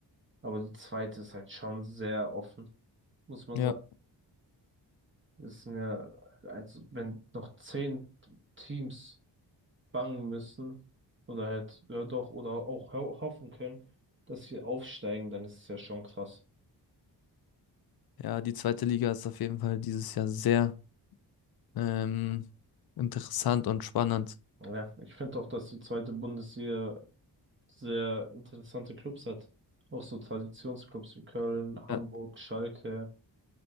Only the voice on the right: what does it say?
aber die zweite ist halt schon sehr offen, muss man
sagen. Es sind ja, also wenn noch zehn Teams bangen müssen oder halt, ja doch, oder auch ho hoffen können, dass sie aufsteigen, dann ist es ja schon krass.
Ja, ich finde auch, dass die zweite Bundesliga sehr interessante Clubs hat. Auch so Traditionsclubs wie Köln, Hamburg,
Schalke.